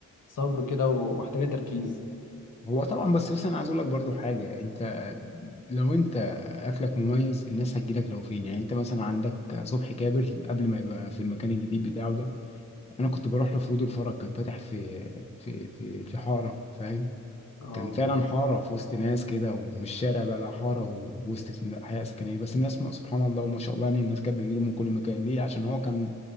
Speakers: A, on the left; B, on the left.
A: صبر كده ومحتاجه تركيز
B: هو طبعا بس بس انا عايز اقول لك برضو حاجه انت لو انت اكلك مميز الناس هتجيلك لو فين يعني انت مثلا عندك صبحي كابر قبل ما يبقى في المكان الجديد بتاعه ده انا كنت بروح له في رود الفرج كان فاتح في في في في حاره فاهم
A: اه
B: كان فعلا حارة في وسط ناس كده ومش شارع بقى لا حارة ووسط حياة سكنية بس الناس ما- سبحان الله وما شاء الله يعني الناس كانت بتجيله من كل مكان ليه عشان هو كان